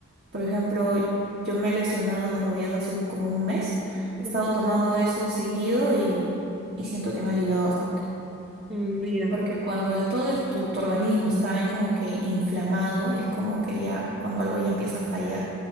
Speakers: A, on the right (about 50°); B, on the right (about 25°).
A: Por ejemplo, yo me he lesionado las rodillas hace un- como un mes.
B: Ujú.
A: He estado tomando eso seguido y, y siento que me ha aliviado bastante.
B: Mm, Bien.
A: Porque cuando el, todo el- tu, tu organismo está como que inflamado, es como que ya cuando algo ya empieza a fallar.